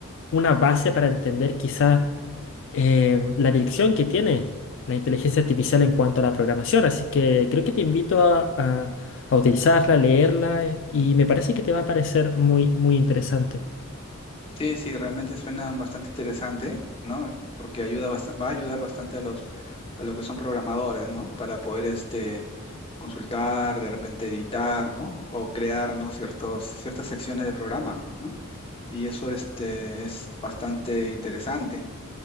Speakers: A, on the left (about 60°); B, on the left (about 25°).
A: una base para entender quizá em, la dirección que tiene la inteligencia artificial en cuanto a la programación, así que creo que te invito a, a, a utilizarla, leerla eh, y me parece que te va a parecer muy, muy interesante.
B: Sí, sí, realmente suena bastante interesante, ¿no? Porque ayuda bast- va a ayudar bastante a los, a los que son programadores, ¿no? Para poder este, consultar, de repente editar, ¿no? O crear, ¿no? Ciertos, ciertas secciones de programa, ¿no? Y eso este, es bastante interesante.